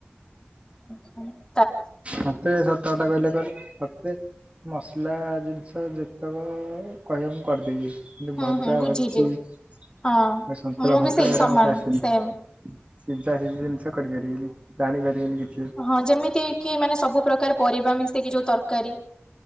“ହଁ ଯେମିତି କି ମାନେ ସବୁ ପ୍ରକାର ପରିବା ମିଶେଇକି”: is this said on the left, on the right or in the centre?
Left